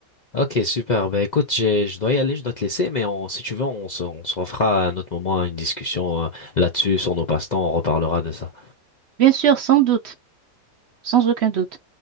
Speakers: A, on the left (about 75°); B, on the right (about 70°).
A: Ok, super. Ben écoute, j'ai- je dois y aller, je dois te laisser, mais on, si tu veux, on se, on se refera à un autre moment une discussion euh, là-dessus sur nos passe-temps, on reparlera de ça.
B: Bien sûr, sans doute, sans aucun doute.